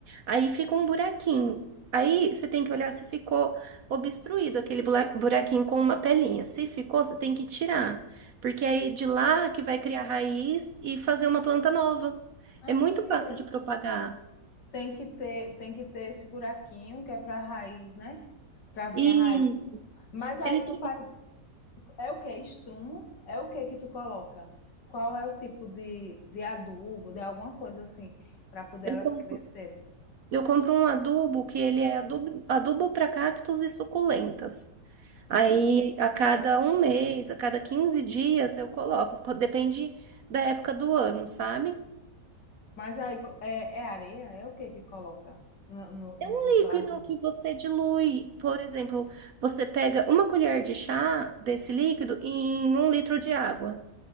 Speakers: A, on the right; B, on the left.
A: Aí fica um buraquinho. Aí você tem que olhar se ficou obstruído aquele bula- buraquinho com uma pelinha. Se ficou, você tem que tirar, porque é aí de lá que vai criar raiz e fazer uma planta nova.
B: Ah,
A: É muito
B: é.
A: fácil de propagar.
B: Tem que ter, tem que ter esse buraquinho que é para a raiz, né? Para vir
A: Isso.
B: a raiz. Mas
A: Se
B: aí
A: ele tiver,
B: tu faz, é o que? Estrumo? É o que que tu coloca? Qual é o tipo de, de adubo, de alguma coisa assim, para poder
A: eu
B: elas
A: compro,
B: crescerem?
A: eu compro um adubo que ele é adubo, adubo para cactos e suculentas. Aí a cada um mês, a cada 15 dias eu coloco, co- depende da época do ano, sabe?
B: Mas aí co- é, é areia? É o que que coloca no, no-
A: É
B: nos
A: um
B: vasinhos?
A: líquido que você dilui. Por exemplo, você pega uma colher de chá desse líquido em um litro de água.